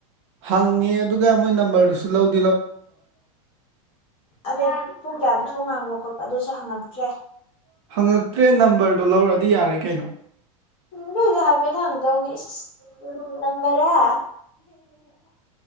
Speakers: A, on the right; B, on the left.
A: ꯍꯪꯉꯦ ꯑꯗꯨꯒ ꯃꯣꯏ ꯅꯝꯕꯔꯗꯨꯁꯨ ꯂꯧꯒ
B: ꯑꯗꯩ ꯄꯨꯡ ꯀꯌꯥꯗ ꯊꯣꯡ ꯉꯥꯡꯕ ꯈꯣꯠꯄ ꯑꯗꯨꯁꯨ ꯍꯪꯉꯛꯇ꯭ꯔꯦ
A: ꯍꯪꯉꯛꯇ꯭ꯔꯦ ꯅꯝꯕꯔꯗꯨꯣ ꯂꯧꯔꯛꯑꯗꯤ ꯌꯥꯔꯦ ꯀꯩꯅꯣ
B: ꯎ ꯑꯗꯨꯗꯣ ꯍꯥꯏꯐꯦꯠꯇ ꯍꯪꯗꯧꯅꯤ ꯅꯪ ꯔ